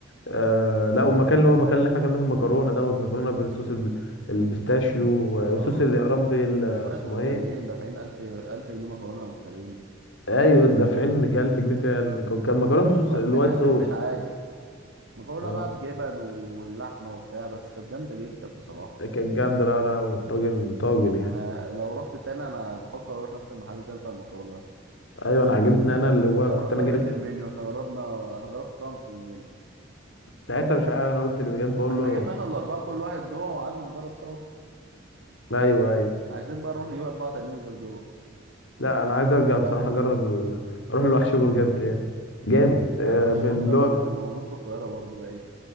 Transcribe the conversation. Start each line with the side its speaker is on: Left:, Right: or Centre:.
Left: آه لا والمكان اللي هو المكان اللي احنا كنا في المكرونة دوت مكرونة بالصوص الب- البيستاشيو
Right: اه
Left: الصوص اللي يا ربي ال- اسمه
Right: ده شويه مفتريين
Left: ايه
Right: دافعين 1000 1000 جنيه مكرونه مفتريين
Left: ايوه دافعين جه 1000 جنيه فيها ال- كان مكرونة بالصوص
Right: مكرونه
Left: الوايت
Right: بتاكل
Left: صوص
Right: في البيت عادي مكرونه
Left: اه
Right: بقى بجبن واللحمه وبتاع بس كانت جامده جدا بصراحه
Left: ده كانت جامدة لا لا والطاجن طاجن يعني
Right: انا لو رحت تاني انا بفكر اروح نفس المحل تاني بتاع المكرونه ده
Left: ايوه انا عجبتني انا اللي هو
Right: نجرب
Left: كنت انا
Right: بقى
Left: جايب
Right: بقيه
Left: بس
Right: المنيو احنا جربنا انا جربت صنف من المنيو
Left: ساعتها مش عارف انا قلت اللي بجد بقول
Right: ما احنا
Left: له
Right: جبنا احنا الاربعه كل واحد نوع وقعدنا نجرب سوا
Left: ايوه ايوه
Right: عايزين بقى نروح نجيب اربعه تانيين غير دول
Left: لا انا عايز ارجع بصراحه اجرب ال- اروح الوحش برجر تاني جامد آه،
Right: يعني وحش
Left: اللي
Right: برجر
Left: هو
Right: م- موجود في القاهره برضه بقى ايه